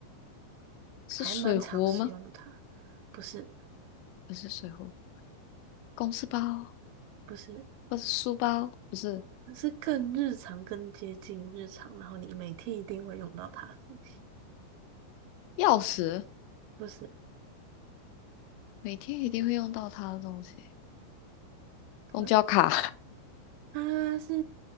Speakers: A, on the left; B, on the right.
A: 是水壶吗？
B: 还蛮常使用它。不是，
A: 不是水壶，公事包
B: 不是，
A: 或者书包，不是
B: 是更日常、更接近日常，然后你每天一定会用到它的东西。
A: 钥匙，
B: 不是，
A: 每天一定会用到它的东西。
B: 对，
A: 公交卡
B: 它是